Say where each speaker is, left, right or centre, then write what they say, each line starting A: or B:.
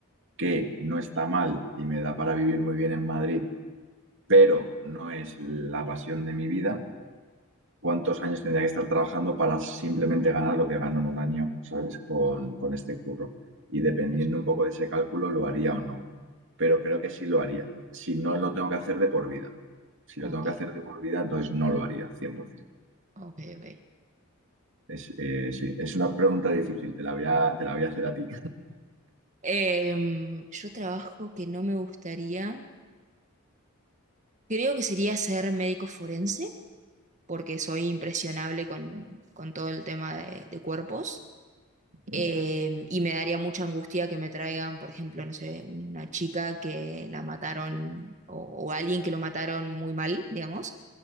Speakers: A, on the right; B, on the right.
A: que no está mal y me da para vivir muy bien en Madrid pero no es la pasión de mi vida. ¿Cuántos años tendría que estar trabajando para simplemente ganar lo que gano en un año, ¿sabes? Con, con este curro. Y dependiendo
B: Ver,
A: un poco de ese cálculo, lo haría o no. Pero creo que sí lo haría. Si no lo tengo que hacer de por vida. Si
B: Ok,
A: lo tengo que hacer de por vida, entonces no lo haría, 100%.
B: ok, ok.
A: Es, eh, sí, es una pregunta difícil, te la voy a, te la voy a hacer a ti.
B: Em, yo trabajo que no me gustaría. Creo que sería ser médico forense, porque soy impresionable con, con todo el tema de, de cuerpos.
A: <laughs>
B: Eh, y me daría mucha angustia que me traigan, por ejemplo, no sé, una chica que la mataron o, o alguien que lo mataron muy mal, digamos,